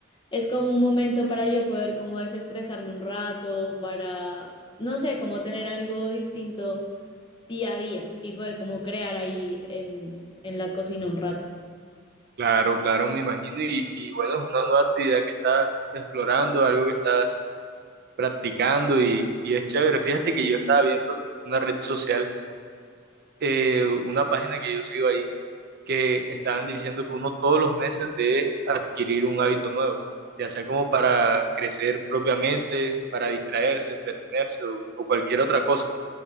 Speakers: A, on the left; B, on the right.
A: es como un momento para yo poder como desestresarme un rato, para, no sé, como tener algo distinto día a día y poder como crear ahí en, en la cocina un rato.
B: Claro, claro, me imagino. Y, y bueno, es una nueva actividad que estás explorando, algo que estás practicando y, y es chévere. Fíjate que yo estaba viendo una red social, eh, una página que yo sigo ahí que están diciendo que uno todos los meses debe adquirir un hábito nuevo, ya sea como para crecer propiamente, para distraerse, entretenerse o, o cualquier otra cosa.